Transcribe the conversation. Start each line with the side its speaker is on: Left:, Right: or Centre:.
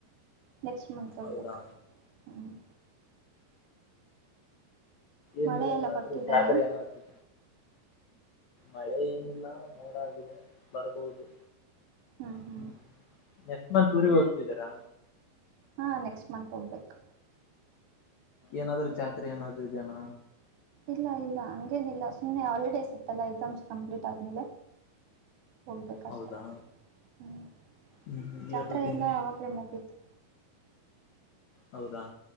Right: ನೆಕ್ಸ್ಟ್ ಮಂತ್ ಹೋಗ್ಬೇಕು
Left: ಹೌದಾ
Right: ಹ್ಞೂ
Left: ಏನು
Right: ಮಳೆ
Left: ಏನಾದ್ರು
Right: ಎಲ್ಲ ಬರ್ತಿದೆನಾ
Left: ಜಾತ್ರೆ ಏನಾದ್ರುೂ ಮಳೆ ಏನಿಲ್ಲ ಮೋಡಾಗಿದೆ ಬರ್ಬಹುದು
Right: ಹ್ಞೂ ಹ್ಞೂ
Left: ಹ್ಮ್ ನೆಸ್ಮನ್ ಊರಿಗೆ ಹೋಗ್ತಿದಾರಾ
Right: ಹಾಂ ನೆಕ್ಸ್ಟ್ ಮಂತ್ ಹೋಗ್ಬೇಕು
Left: ಏನಾದರು ಜಾತ್ರೆ ನಾದರು ಇದದೆನ
Right: ಇಲ್ಲ ಇಲ್ಲ ಏನಿಲ್ಲ ಸುಮ್ನೆ ಹಾಲಿಡೇಸ್ ಇತ್ತಲ್ಲ ಎಕ್ಸಾಮ್ಸ್ ಕಂಪ್ಲೀಟ್ ಆದ್ಮೇಲೆ ಹೋಗ್ಬೇಕಷ್ಟೇ
Left: ಹೌದಾ
Right: ಹ್ಮ್
Left: ಹ್ಮ್ ಹ್ಮ್ ಹೇಳ್ಬೇಕ
Right: ಜಾತ್ರೆ ಎಲ್ಲ
Left: ಇನ್ನೇನು
Right: ಆಾಗಲೇ ಮುಗಿತ್ತುು
Left: ಹೌದಾ